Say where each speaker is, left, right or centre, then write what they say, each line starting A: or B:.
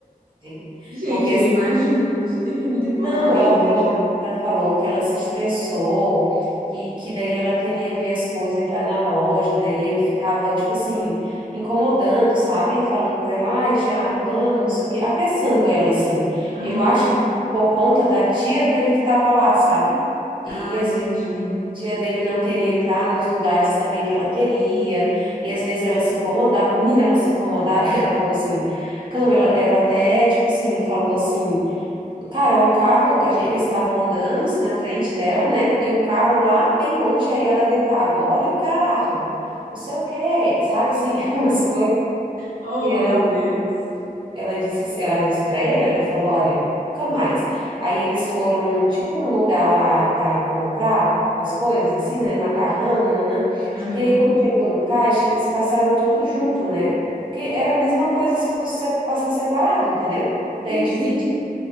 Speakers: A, on the right; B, on the right.
A: tem,
B: Gente,
A: porque
B: eu imagino, a pessoa tem que ter muita coragem
A: não, ela
B: de
A: falou,
B: viajar.
A: ela falou que ela se estressou, que, que daí ela queria ver as coisas entrar na loja, daí ele ficava, tipo assim, incomodando, sabe? Falando para ela, ai, já, vamos, não sei o quê, apressando ela, assim.
B: Aham.
A: Eu acho que por conta da tia dele que estava lá, sabe? E,
B: Ah,
A: e às
B: entendi.
A: vezes a tia dele não queria entrar nos lugares também que ela queria, e às vezes ela se incomodava, menina, ela se incomodava, <laughs> ela falou assim, Câmara, ela ela até, tipo assim, falou assim. Cara, o carro, a gen- eles estavam andando assim na frente dela, né? E o carro lá bem longe, aí ela gritava: Olha o carro, não sei o quê, sabe assim, <laughs> umas coisas.
B: Oh,
A: E ela,
B: meu Deus.
A: ela disse, assim- ela disse para ele: Ela falou, olha, nunca mais. Aí eles foram, tipo, num lugar lá para comprar umas coisas assim, né? Macarrão, nananã.
B: Aham.
A: E aí quando chegou no caixa, eles passaram tudo junto, né? Porque era a mesma coisa se fosse se- passar separado, entendeu? Daí
B: Sim,
A: dividiu.
B: sim.